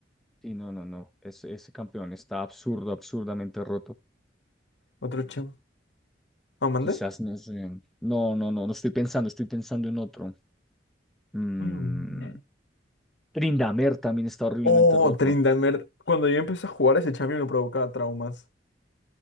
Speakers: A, in the centre; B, on the left (about 80°).
A: Sí, no, no, no, ese ese campeón está absurdo, absurdamente roto.
B: Otro champ. ah mandé?
A: Quizás no sé. No, no, no, no estoy pensando, estoy pensando en otro. Mm,
B: Mm.
A: Trindamer también está horriblemente
B: Oh,
A: roto.
B: Tryndamere. Cuando yo empecé a jugar ese champion me provocaba traumas.